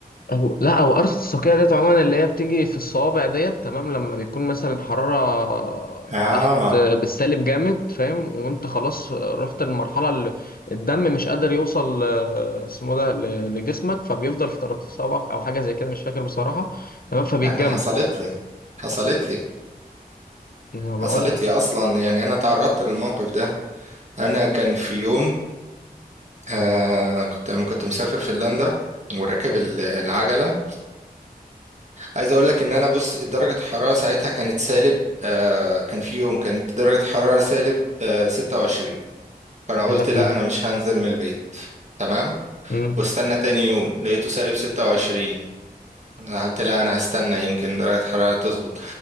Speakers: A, on the left; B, on the right.
A: أو لا أو قرصة الصقيع ديت عموما اللي هي بتيجي في الصوابع ديت تمام لما بيكون مثلا الحرارة
B: آه
A: تحت آه، بالسالب جامد فاهم وأنت خلاص آه، رحت للمرحلة اللي الدم مش قادر يوصل آه، اسمه ده ل- لجسمك فبيفضل في طراطيف صوابعك أو حاجة زي كده مش فاكر بصراحة تمام فبيتجمد
B: أنا حصلت لي حصلت لي
A: أنا بقول
B: حصلت
A: لك
B: لي أصلا يعني أنا تعرضت للموقف ده أنا كان في يوم آه كنت كنت مسافر فنلندا وراكب
A: مم.
B: ال- العجلة عايز أقول لك إن أنا بص درجة الحرارة ساعتها كانت سالب آه كان في يوم كانت درجة الحرارة سالب آه 26 فأنا قلت
A: يا لهوي
B: لا أنا مش هنزل من البيت تمام
A: مم.
B: واستنى تاني يوم لقيته سالب 26 حتى لا انا هستنى يمكن درجة الحرارة تظبط